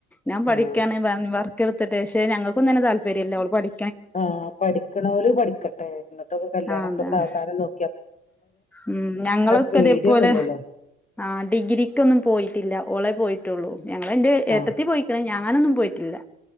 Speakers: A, in the centre; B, on the left.
A: ഞാം പഠിക്കാണെ
B: ആഹ്
A: പറഞ്ഞ് പറഞ്ഞ് ട്ടി എളുത്തിട്ടേ ക്ഷെ ഞങ്ങക്കൊന്നു അയിന് താല്പര്യല്ലാ ഓള് പഠി
B: ആ പഠിക്കണവര് പഠിക്കട്ടെ എന്നിട്ടൊക്കെ കല്യാണൊക്കെ
A: ആ അതാണ്
B: സാധാര നോ
A: ഉം ഞങ്ങളൊക്കെ
B: പേടിയൊന്നുല്ലല്ലോ
A: അതേപോലെ ആ ഡിഗ്രിക്കൊന്നും പോയിട്ടില്ല ഓളെ പോയിട്ടുള്ളൂ ഞങ്ങള് എന്റെ ഏട്ടത്തി
B: ആഹ്
A: പോയിക്കണ് ഞാൻ ഞാനൊന്നും പോയിട്ടില്ല